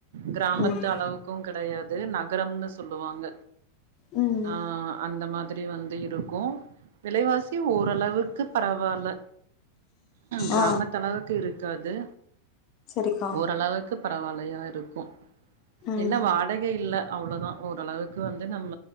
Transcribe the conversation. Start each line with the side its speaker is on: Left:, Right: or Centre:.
Right: கிராமத்து
Left: ம்
Right: அளவுக்கு கெடையாது நகரம்னு சொல்லுவாங்க
Left: ம்
Right: அ அந்த மாதிரி வந்து இருக்கு விலைவாசி ஓரளவுக்கு பரவால்ல கிராமத்து
Left: ஆ
Right: அளவு க்கு இருக்காது
Left: சரிக்கா
Right: ஓரளவுக்கு பரவாலையா இருக்கு
Left: ம்
Right: என்ன வாடக இல்ல அவ்ளோதா ஓரளவுக்கு வந்து நம்ம